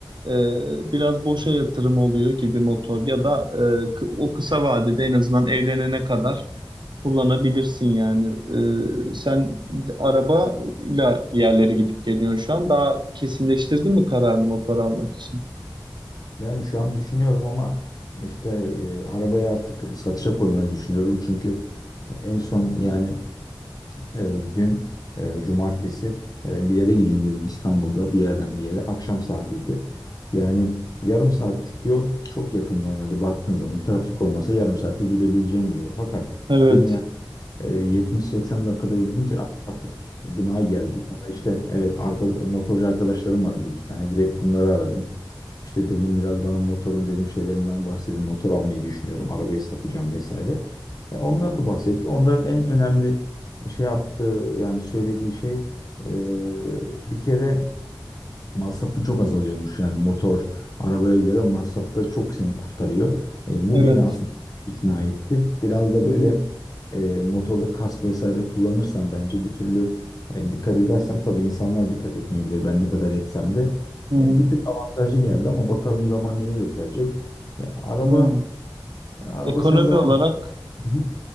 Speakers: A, on the right (about 65°); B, on the left (about 45°).
A: e, biraz boşa yatırım oluyor gibi motor ya da e, kı- o kısa vadede en azından evlenene kadar kullanabilirsin yani. E, sen d- arabayla bir yerlere gidip geliyorsun şu an. Daha kesinleştirdin mi kararını motor almak için?
B: Yani şu an düşünüyorum ama işte e, arabayı artık satışa koymayı düşünüyorum. Çünkü en son yani e, dün e, cumartesi e, bir yere gideyim dedim İstanbul'da bir yerden bir yere. Akşam saatiydi. Yani yarım saatlik yol çok yakın normalde baktığın zaman trafik olmasa yarım saate gidebileceğim bir yol. Fakat
A: Evet,
B: dün e, 70-80 dakikada gidince artık gına geldi. Bana işte evet arka, motorcu arkadaşlarım var bir iki tane. Direkt bunları aradım. İşte dedim biraz bana motorun dedim şeylerinden bahsedin. Motor almayı düşünüyorum. Arabayı satacağım vesaire. E, onlar da bahsetti. Onların en önemli şey yaptığı yani söylediği şey e, bir kere masrafı çok azalıyormuş. Yani motor arabaya göre masrafta çok seni kurtarıyor. E, bu
A: evet.
B: beni aslında ikna etti. Biraz da
A: Hı
B: böyle
A: hı,
B: e, motorda kask vesaire kullanırsam bence bir türlü e, dikkat edersem tabii insanlar dikkat etmeyebilir. Ben ne kadar etsem de
A: hı hı.
B: e, bir tık avantajı geldi ama bakalım zaman neyi gösterecek. Ya, araba
A: Aynen.
B: araba
A: Ekonomi
B: sende var
A: olarak
B: mı? Hı hı.